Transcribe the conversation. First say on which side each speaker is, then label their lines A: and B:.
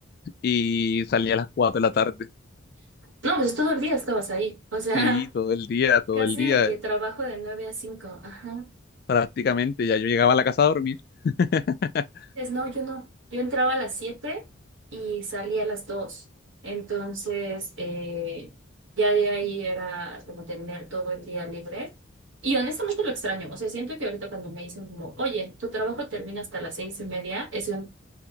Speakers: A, on the left; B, on the right.
A: y salía a las cuatro de la tarde.
B: No, pues todo el día estabas ahí, o sea,
A: Sí, todo
B: <laughs>
A: el día, todo
B: casi
A: el día.
B: de que trabajo de nueve a cinco ajá.
A: prácticamente. Ya yo llegaba a la casa a dormir. <laughs>
B: Pues no, yo no. Yo entraba a las 7 y salía a las dos Entonces, eh, ya de ahí era como tener todo el día libre. Y honestamente lo extraño. O sea, siento que ahorita cuando me dicen como, oye, tu trabajo termina hasta las seis y media, es un,